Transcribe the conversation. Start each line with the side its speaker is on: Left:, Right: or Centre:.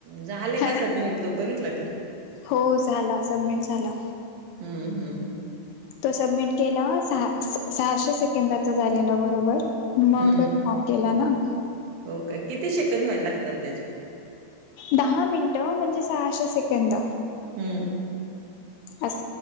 Right: झाले
Left: हॅ
Right: का सबमिट, तो बघितला का?
Left: हो... झाला सबमिट झाला.
Right: ह्म्म्.. ह्म्म्म..
Left: तो सबमिट केला, सहा... सहाशे सेकंदाचा झालेला बरोबर मगच
Right: हम्म.
Left: हाफ गेला ना.
Right: हो, का... किती सेकंद व्हायला लागतात त्याचे?
Left: दहा मिनिटं म्हणजे सहाशे सेकंद.
Right: ह्म्म्म
Left: अस...